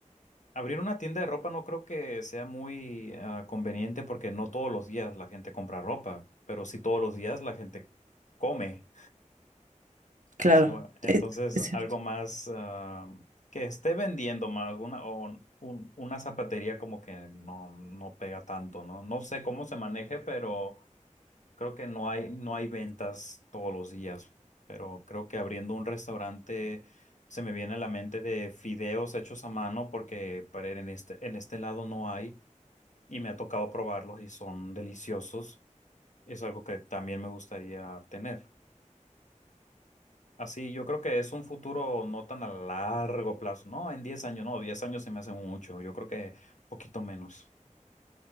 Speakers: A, on the left; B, on the right.
A: abrir una tienda de ropa no creo que sea muy ah, conveniente porque no todos los días la gente compra ropa, pero sí todos los días la gente come.
B: claro,
A: So, entonces,
B: eh, es cierto.
A: algo más ah, que esté vendiendo más, una, o un- un- una zapatería como que no, no pega tanto, ¿no? No sé cómo se maneje, pero... Creo que no hay, no hay ventas todos los días, pero creo que abriendo un restaurante se me viene a la mente de fideos hechos a mano porque para en este, en este lado no hay y me ha tocado probarlos y son deliciosos. Es algo que también me gustaría tener. Así, yo creo que es un futuro no tan a largo plazo, no en 10 años, no, 10 años se me hace mucho, yo creo que poquito menos.